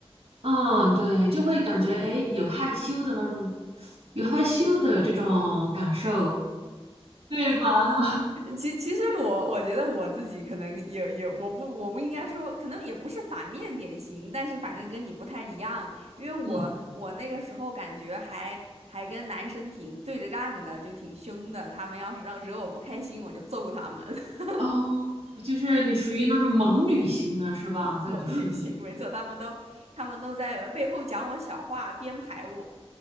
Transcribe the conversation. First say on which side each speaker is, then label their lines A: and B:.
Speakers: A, on the right (about 70°); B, on the right (about 85°).
A: 嗯，对，就会感觉哎，诶有害羞的那种，有害羞的这种感受，对吧？<laughs>
B: 其其实我我觉得我自己可能也也我不我不应该说，可能也不是反面典型，但是反正跟你不太一样，因为我我那个时候感觉还还跟男生挺对着干的，
A: 嗯，
B: 就挺凶的。他们要是让惹我不开心，我就揍他们，<laughs>
A: 哦，就是你属于那种萌女型的是吧？在读书的时候。
B: 猛女型，没错，他们都他们都在背后讲我小话，编排我。